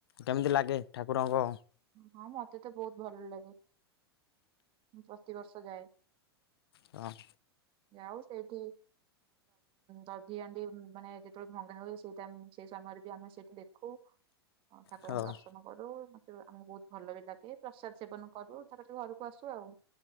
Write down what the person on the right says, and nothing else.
ହଁ ମତେ ତ ବହୁତ ଭଲ ଲାଗେ ମୁଁ ପ୍ରତିବର୍ଷ ଯାଏ
ଯାଉ ସେଇଠି ଦଧି ଆଣ୍ଡି ମାନେ ଯେତେବେଳେ ଭଙ୍ଗା ହୁଏ ସେଟ ସେଇ ସମୟରେ ବି ଆମେ ସେଇଠି ଦେଖୁ ହଁ ଠାକୁରଙ୍କୁ
ଦର୍ଶନ କରୁ ଆମକୁ ବହୁତ ଭଲ ବି ଲାଗେ ପ୍ରସାଦ ସେବନ କରୁ ତାପ ଘରକୁ ଆସୁ ଆଉ